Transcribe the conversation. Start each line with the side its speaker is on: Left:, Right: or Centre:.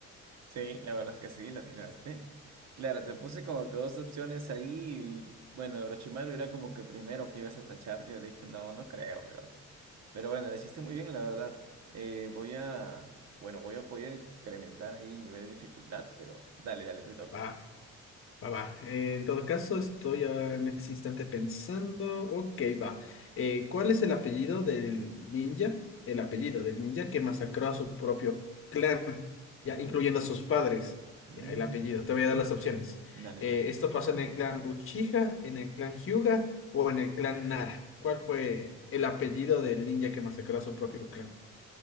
Right: Sí, la verdad es que sí, la atinaste. Claro, te puse como que dos opciones ahí y bueno, Orochimaru era como que primero que ibas a tachar. Yo le dije, no, no creo, pero, pero bueno, lo hiciste muy bien, la verdad. Eh, voy a, bueno, voy a, voy a incrementar ahí el nivel de dificultad, pero dale, dale, te toca.
Left: Va, Va, va. Eh, en todo caso, estoy ah, en ese instante pensando. Ok, va. Eh, ¿cuál es el apellido del ninja? El apellido del ninja que masacró a su propio clan, ya
Right: Uy.
Left: incluyendo a sus padres.
Right: mm,
Left: Ya, el apellido. Te
Right: <laughs>
Left: voy a dar las opciones.
Right: Dale,
Left: Eh,
Right: déjame.
Left: ¿esto pasó en el clan Uchiha, en el clan Hyuga o en el clan Nara? ¿Cuál fue el apellido del ninja que masacró a su propio clan?